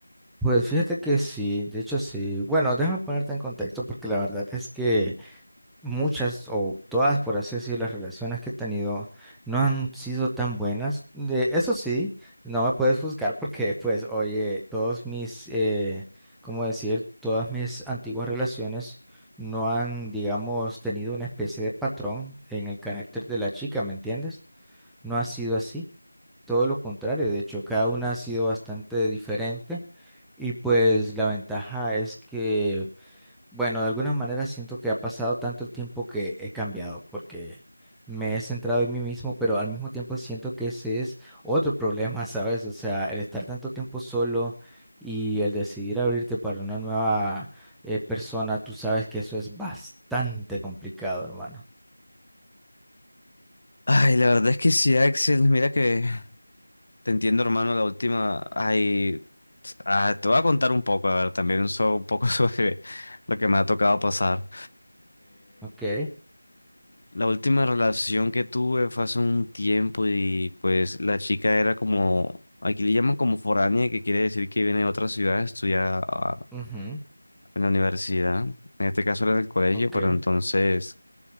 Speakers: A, in the centre; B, on the left.
A: Pues fíjate que sí, de hecho sí. Bueno, déjame ponerte en contexto porque la verdad es que muchas o todas, por así decir, las relaciones que he tenido no han sido tan buenas. De, eso sí, no me puedes juzgar porque, pues, oye, todos mis, eh, ¿cómo decir? Todas mis antiguas relaciones no han, digamos, tenido una especie de patrón en el carácter de la chica, ¿me entiendes? No ha sido así, todo lo contrario. De hecho, cada una ha sido bastante diferente. Y pues la ventaja es que bueno, de alguna manera siento que ha pasado tanto el tiempo que he cambiado, porque me he centrado en mí mismo, pero al mismo tiempo siento que ese es otro problema, <laughs> ¿sabes? O sea, el estar tanto tiempo solo y el decidir abrirte para una nueva eh, persona, tú sabes que eso es bastante complicado, hermano.
B: Ay, la verdad es que sí, Axel, mira que te entiendo, hermano, la última. Ay, ah, te voy a contar un poco, a ver, también so- un poco <laughs> sobre lo que me ha tocado pasar.
A: Ok,
B: La última relación que tuve fue hace un tiempo y pues la chica era como, aquí le llaman como foránea, que quiere decir que viene de otra ciudad, estudia ah,
A: ujú,
B: en la universidad, en este caso era en el colegio,
A: ok.
B: pero entonces